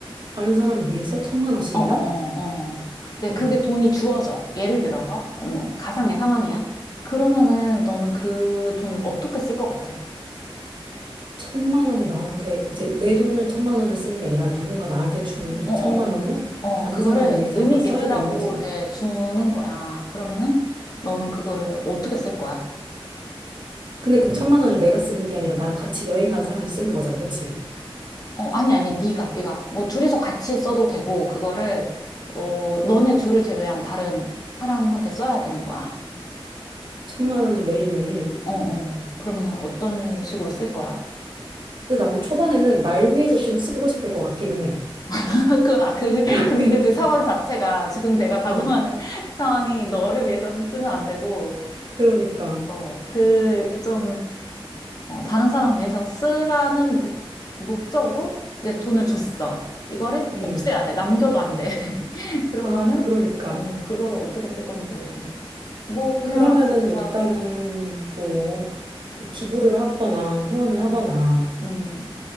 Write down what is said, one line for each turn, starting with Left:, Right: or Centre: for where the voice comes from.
Right: 다른 사람을 위해서 천만 원씩이나?
Left: 어, 어, 어, 어. 근데
Right: 음
Left: 그게 돈이 주어져. 예를 들어서, 어, 가상의 상황이야. 그러면은 너는 그 돈을 어떻게 쓸 것 같아?
Right: 천만 원이 나한테, 이제 내 돈을 천만 원을 쓰는 게 아니라 누군가 나한테 주는 이
Left: 어, 어,
Right: 천만 원을
Left: 어. 어,
Right: 다른
Left: 그거를
Right: 사람을 위해서
Left: 의미
Right: 항상
Left: 있게
Right: 써야
Left: 쓰라고
Right: 되는 거지.
Left: 이렇게 주는 거야. 그러면은 너는 그거를 어떻게 쓸 거야?
Right: 근데 그 천만 원을 내가 쓰는 게 아니라 나랑 같이 여행 간 사람이 쓰는 거잖아. 그치?
Left: 어, 아니, 아니, 네가, 네가. 뭐 둘이서 같이 써도 되고, 그거를, 어, 너네 둘을 제외한 다른 사람한테 써야 되는 거야.
Right: 천만 원을 매일매일
Left: 어, 어. 그러면은 어떤 식으로 쓸 거야?
Right: 근데 나는 초반에는 날 위해서 좀 쓰고 싶을 것 같기는 해.
Left: <laughs> 그, 아, 그,
Right: <laughs>
Left: 근데 그 상황 자체가 지금 내가 가정하는
Right: 어,
Left: <laughs> 상황이 너를 위해서 쓰면 안 되고,
Right: 그러니까.
Left: 어, 그, 그 좀, 어, 다른 사람 위해서 쓰라는 목, 목적으로 이제 돈을 줬어. 이거를
Right: 음.
Left: 없애야 돼. 남겨도 안 돼. <laughs> 그러면은,
Right: 아, 그러니까.
Left: 어, 그거를 어떻게 쓸 건지. 뭐, 그냥
Right: 그러면은
Left: 진짜,
Right: 일단은 뭐, 뭐 기부를 하거나 후원을
Left: 어,
Right: 하거나
Left: 음,